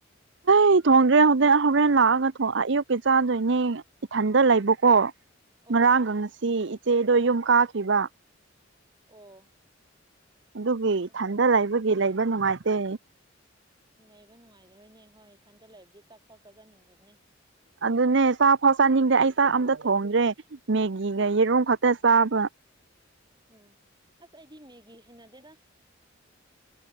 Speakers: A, on the right; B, on the right.
A: ꯑꯩ ꯊꯣꯡꯗ꯭ꯔꯦ ꯍꯣꯔꯦꯟ ꯍꯣꯔꯦꯟ ꯂꯥꯛꯑꯒ ꯑꯌꯨꯛꯀꯤ ꯆꯥꯗꯣꯏꯅꯦ ꯏꯊꯟꯗ ꯂꯩꯕꯀꯣ
B: ꯑꯣ
A: ꯉꯥꯡꯒꯪꯁꯤ ꯏꯆꯦꯗꯣ ꯌꯨꯝ ꯀꯥꯈꯤꯕ
B: ꯑꯣ
A: ꯑꯗꯨꯒꯤ
B: ꯑꯗꯣ
A: ꯊꯟꯗ ꯂꯩꯕꯒꯤ ꯂꯩꯕ ꯅꯨꯡꯉꯥꯏꯇꯦ
B: ꯂꯩꯕ ꯅꯨꯡꯉꯥꯏꯖꯔꯣꯏꯅꯦ ꯍꯣꯏ ꯏꯊꯟꯗ ꯂꯩꯕꯗꯤ ꯆꯥꯛ ꯊꯥꯎ ꯆꯥꯖꯅꯤꯡꯗꯕꯅꯦ
A: ꯑꯗꯨꯅꯦ ꯆꯥꯛꯐꯥꯎ ꯆꯥꯅꯤꯡꯗꯦ ꯑꯩ ꯆꯥꯛ ꯑꯝꯇ ꯊꯣꯡꯗ꯭ꯔꯦ ꯃꯦꯒꯤꯒ ꯌꯦꯔꯨꯝ ꯈꯛꯇ ꯆꯥꯕ
B: ꯎꯝ ꯑꯁ ꯑꯩꯗꯤ ꯃꯦꯒꯤ ꯍꯩꯅꯗꯦꯗꯁ